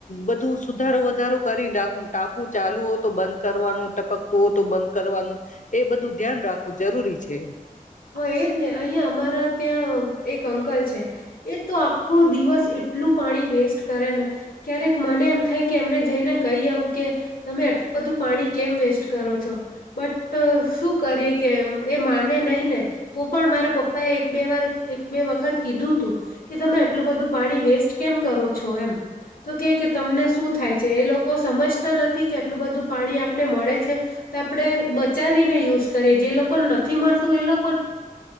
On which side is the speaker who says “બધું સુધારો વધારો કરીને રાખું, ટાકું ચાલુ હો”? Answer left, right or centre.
Left